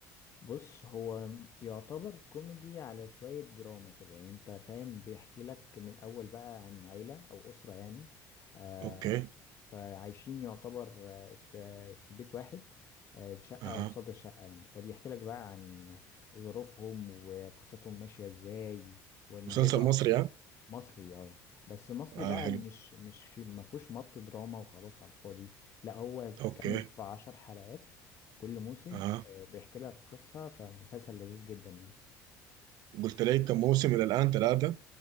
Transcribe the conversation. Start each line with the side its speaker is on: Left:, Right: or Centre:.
Left: بص هو يعتبر كوميدي على شوية دراما كده يعني انت فاهم بيحكي لك من الأول بقى عن عيلة أو أسرة يعني آه
Right: اوكي
Left: فعايشين يعتبر آه، في في بيت واحد آه، شقة
Right: اها
Left: قصاد الشقة يعني فبيحكي لك بقى عن ظروفهم وقصتهم ماشية ازاي وإن
Right: مسلسل
Left: هو
Right: مصري ها
Left: مصري اه بس مصري
Right: اه
Left: بقى
Right: حلو
Left: مش مش في ما فيهوش مط دراما وخلاص على الفاضي لا هو بتتكلم
Right: اوكي
Left: في عشر حلقات كل موسم
Right: اها
Left: آه، بيحكي لك قصة فمسلسل لذيذ جدا يعني
Right: قلت لي كم موسم الى الان ثلاثة